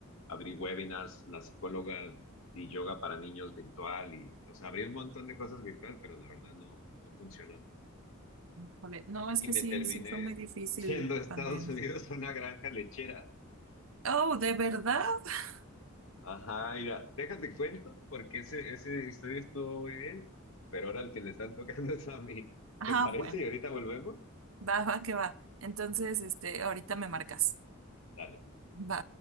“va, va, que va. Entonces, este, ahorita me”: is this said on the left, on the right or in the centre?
Right